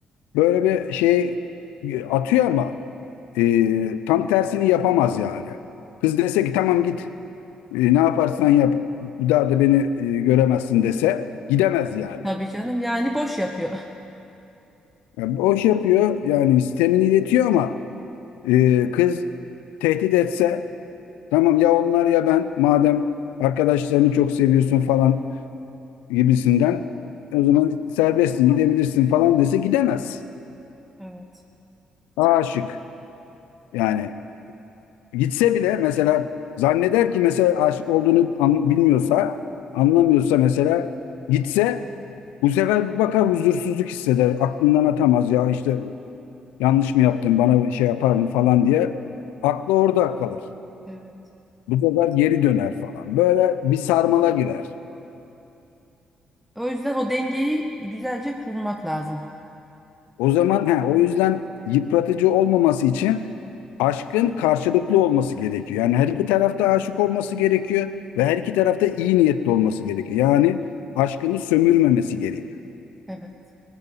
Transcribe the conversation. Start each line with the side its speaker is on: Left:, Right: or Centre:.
Left: Böyle bir şey e, atıyor ama e, tam tersini yapamaz yani. Kız dese ki tamam git e, ne yaparsan yap bir daha da beni e, göremezsin dese gidemez yani.
Centre: Tabii canım yani boş yapıyor. <laughs>
Left: Yani boş yapıyor yani sistemini iletiyor ama e, kız tehdit etse tamam ya onlar ya ben madem arkadaşlarını çok seviyorsun falan gibisinden o zaman serbestsin gidebilirsin falan dese gidemez.
Centre: Evet,
Left: Aşık yani gitse bile mesela zanneder ki mesela aşık olduğunu an- bilmiyorsa anlamıyorsa mesela gitse Bu sefer bir bakar huzursuzluk hisseder. Aklından atamaz ya işte yanlış mı yaptım bana bir şey yapar mı falan diye. Aklı orada kalır.
Centre: evet,
Left: Bu sefer geri döner falan. Böyle bir sarmala girer.
Centre: O yüzden o dengeyi güzelce kurmak lazım.
Left: O zaman he, o yüzden yıpratıcı olmaması için aşkın karşılıklı olması gerekiyor. Yani her iki tarafta aşık olması gerekiyor ve her iki tarafta iyi niyetli olması gerekiyor. Yani aşkını sömürmemesi gerekiyor.
Centre: evet.